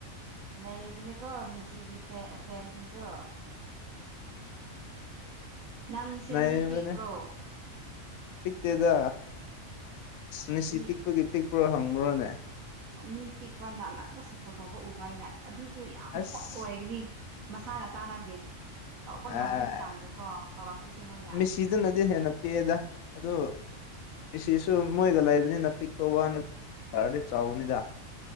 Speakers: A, on the right; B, on the left.
A: ꯂꯩꯔꯤꯕꯕꯅꯤꯀꯣ ꯃꯦꯁꯤꯒꯤ ꯐ ꯐꯦꯟꯁꯤꯡꯁꯨ ꯅꯪꯁꯦ
B: ꯉ
A: ꯃꯤ ꯄꯤꯛꯄ꯭ꯔꯣ
B: ꯃꯅꯦ ꯄꯤꯛꯇꯦꯗ ꯃꯤꯁꯤ
A: ꯃꯤ
B: ꯄꯤꯛꯄꯒꯤ ꯄꯤꯛꯄ꯭ꯔꯣ ꯍꯪꯕ꯭ꯔꯣꯅꯦ
A: ꯃꯤ ꯄꯤꯛꯄ ꯅꯥ ꯅꯝꯕ ꯁꯞꯄꯣꯔꯠ ꯇꯧꯕ ꯎꯕ ꯍꯥꯏꯅ ꯑꯗꯨꯁꯨ ꯌꯥꯝ
B: ꯑꯁ
A: ꯍꯣꯠ ꯑꯣꯏꯒꯅꯤ ꯃꯁꯥꯒ ꯆꯥꯟꯅꯗꯦ ꯇꯧꯕ ꯉꯝꯕꯒꯤ
B: ꯑꯦ
A: ꯆꯥꯡꯗꯣꯀꯣ ꯇꯧꯔꯛꯇꯣꯏꯁꯦ ꯃꯣꯏꯅ
B: ꯃꯤꯦꯁꯤꯗꯅꯗꯤ ꯍꯦꯟꯅ ꯄꯦꯛꯑꯦꯗ ꯑꯗꯨ ꯑꯁꯤꯁꯨ ꯃꯣꯏꯒ ꯂꯩꯕꯅꯤꯅ ꯄꯤꯛꯄ ꯋꯥꯅꯤꯔꯗꯤ ꯆꯥꯎꯅꯤꯗ